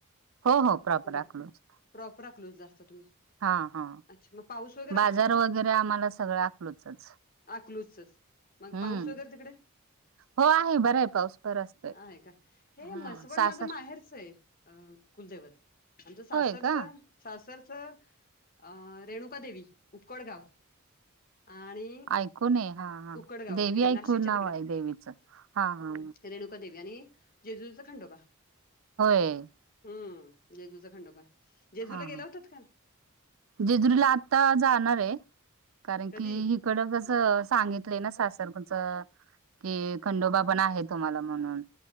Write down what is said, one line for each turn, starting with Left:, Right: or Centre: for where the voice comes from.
Right: हो हो प्रॉपर
Left: म्हणजे
Right: अकलूज
Left: प्रॉपर अक्लूजला असता तुम्ही.
Right: हा हा
Left: अच्छा मग पाऊस वगैरे
Right: बाजार
Left: असतो का
Right: वगैरे आम्हाला सगळं अकलूजच.
Left: अकलूजच मग
Right: हम्म
Left: पाऊस वगैरे तिकडे?
Right: हो आहे बर आहे. पाऊस पर असते
Left: आहेय का हे
Right: हा
Left: म्हसवड
Right: सासर
Left: माझं माहेरच आहे. अ कुलदैवत आमचं सासरच.
Right: होय का
Left: सासरचं अ रेणुका देवी उटकड गाव आणि
Right: ऐकूनये हा हा
Left: उकडगाव
Right: देवी
Left: तिकडे नाशिकच्या
Right: ऐकू नाव आहे देवीच हा हा.
Left: हे रेणुका देवी आणि जेजुरीचा खंडोबा.
Right: हे.
Left: हम्म जेजूरचा खंडोबा जेजूरला
Right: हा हा.
Left: गेल्या होतात का
Right: जेजुरीला आता जाणार आहे कारण
Left: कधी
Right: की कडं कसं सांगितलंय ना सासर कुचं. कि खंडोबा पण आहे तुम्हाला म्हणून